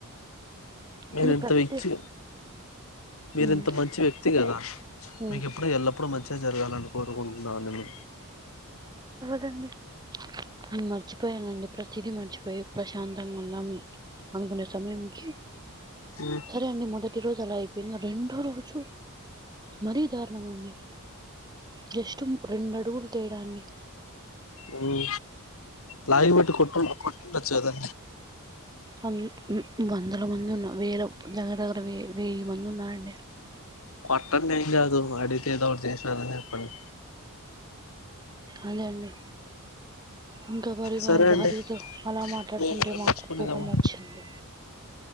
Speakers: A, on the left; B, on the right.
A: మీరింత
B: కానీ ప్రతి
A: విచ్చు మీరింత
B: ఉమ్,
A: మంచి వ్యక్తి గదా,
B: ఉమ్,
A: మీకెప్పుడూ ఎల్లమ్మ ఎప్పుడు మంచిగా జరగాలని కోరుకుంటున్నా నేను
B: తండి ఉ మర్చిపోయానండి ప్రతిదీ మర్చిపోయి ప్రశాంతంగా ఉందం అనుకునే సమయం కి
A: హ్మ్
B: సరే అండి మొదటి రోజు అలా అయిపోయింది, రెండు రోజు మరీ దారుణం అండి. జస్టు రెండు అడుగులు తేడా అండి
A: హ్మ్ లాయి వెట్టి కొట్టు కొట్టుండొచ్చు కదా
B: అన్ని ఉమ్ వందల మంది ఉన్నం వేల దగ్గర దగ్గర వెయి వెయ్యి మంది ఉన్నారండి
A: కొట్టండి ఏం కాదు అడిగితే ఏదోకటి చేసినానని చెప్పండి
B: అదే అండి ఇంకా మరి
A: సరే
B: వాళ్ళ
A: అండి
B: భార్యతో అలా మాట్లాడుతుంటే
A: మీ వివరం
B: మాకు
A: నేర్చుకునేదామా
B: కోపం వచ్చింది